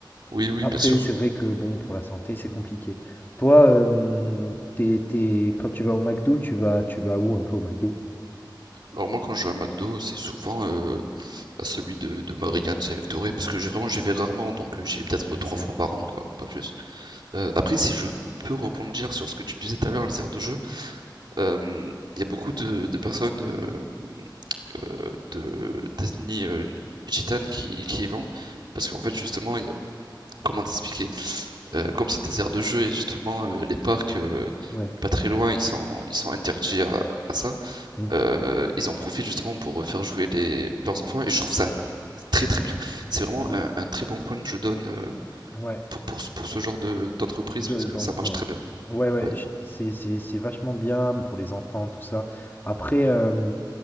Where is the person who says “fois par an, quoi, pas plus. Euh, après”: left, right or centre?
Right